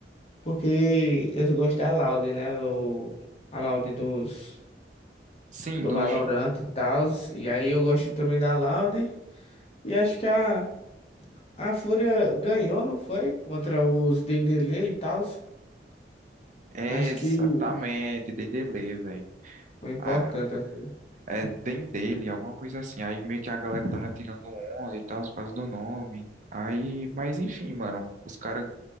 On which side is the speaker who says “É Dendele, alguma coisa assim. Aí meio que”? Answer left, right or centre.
Right